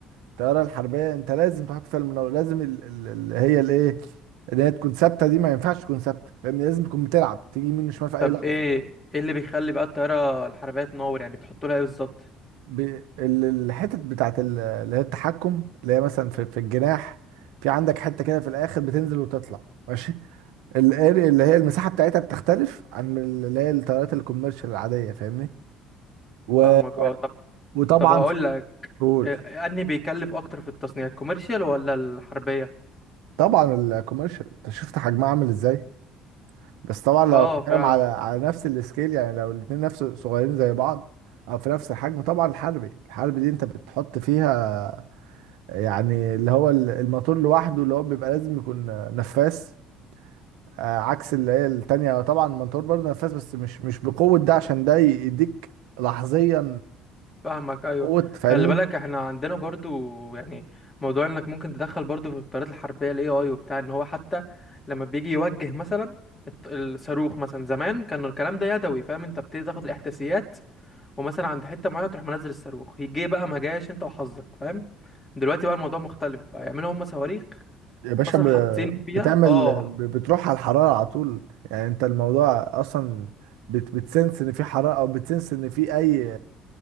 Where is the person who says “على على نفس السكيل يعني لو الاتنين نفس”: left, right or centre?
Right